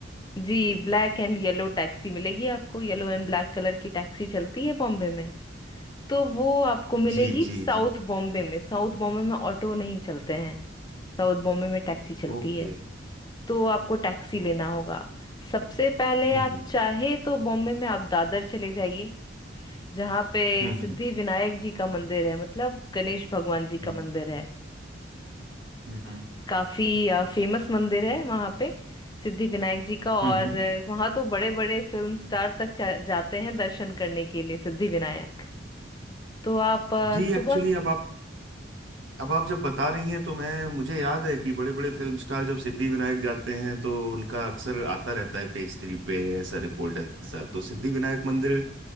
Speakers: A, on the left; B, on the right.
A: जी ब्लैक एंड येलो टैक्सी मिलेगी आपको येलो एंड ब्लैक कलर की टैक्सी चलती है बॉम्बे में तो वो आपको मिलेगी
B: जी जी
A: साउथ
B: जी
A: बॉम्बे में साउथ बॉम्बे में ऑटो नहीं चलते हैं साउथ बॉम्बे में टैक्सी चलती
B: ओके
A: है तो आपको टैक्सी
B: ओ
A: लेना होगा सबसे पहले
B: हम्म
A: आप चाहे तो बॉम्बे में आप दादर चले जाइए जहाँ पे
B: हम्म
A: सिद्धि
B: हम्म
A: विनायक जी का मंदिर है मतलब गणेश भगवान जी
B: हम्म
A: का मंदिर है
B: हम्म
A: काफी फेमस मंदिर है वहां पे सिद्धि विनायक जी का और
B: हम्म, हम्म।
A: वहां तो बड़े बड़े फिल्म स्टार तक जा, जाते हैं दर्शन करने के लिए सिद्धि विनायक तो आप अ,
B: जी
A: सुबह
B: एक्चुअली अब आप अब आप जब बता रही हैं तो मैं मुझे याद है कि बड़े बड़े फिल्म स्टार जब सिद्धि विनायक जाते हैं तो उनका अक्सर आता रहता है पेज थ्री पे ऐसा रिपोर्ट ऐसा तो सिद्धि विनायक मंदिर